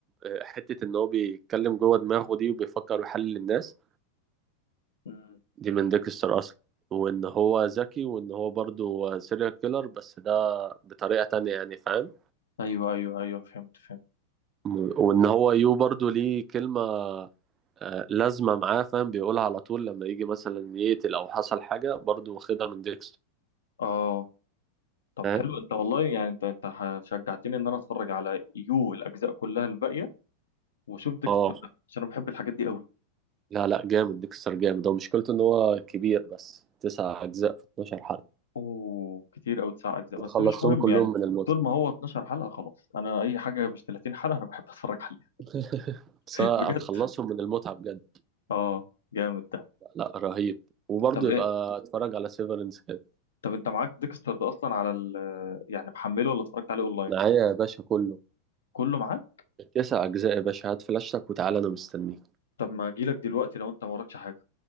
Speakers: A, on the right; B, on the left.
A: آه، حتة ان هو بيتكلم جوه دماغه دي وبيفكر ويحلل الناس
B: مم.
A: دي من ديكستر اصلا وان هو ذكي وان هو برضه سيريال كيلر بس ده بطريقة تانية يعني فاهم
B: ايوه ايوه ايوه فهمت فهمت
A: م- وان هو يو برضه ليه كلمة آه، لازمة معاه فاهم بيقولها على طول لما يجي مثلا يقتل او حصل حاجة برضه واخدها من ديكستر
B: اه طب
A: فاهم
B: حلو انت والله يعني انت انت ح- شجعتني ان انا اتفرج على يو الاجزاء كلها الباقيه واشوف ديكستر
A: اه
B: ده عشان انا بحب الحاجات دي قوي
A: لا لا جامد ديكستر جامد هو مشكلته ان هو كبير بس تسع اجزاء في 12 حلقه
B: اوه كتير قوي تسع اجزاء بس
A: خلصتهم
B: مش مهم
A: كلهم
B: يعني
A: من المتعه
B: طول ما هو 12 حلقه خلاص انا اي حاجه مش 30 حلقه انا بحب اتفرج عليها
A: <laughs> بس
B: <laughs>
A: أنا
B: بجد
A: هتخلصهم من المتعه بجد
B: اه جامد ده
A: لا رهيب وبرضه
B: طب
A: يبقى
B: ايه
A: اتفرج على سيفرنس كده
B: طب انت معاك ديكستر ده اصلا على ال يعني محمله ولا اتفرجت عليه اونلاين
A: معايا يا باشا كله
B: كله معاك
A: تسع اجزاء يا باشا هات فلاشتك وتعالى انا مستنيك
B: طب ما اجيلك دلوقتي لو انت ما وراكش حاجه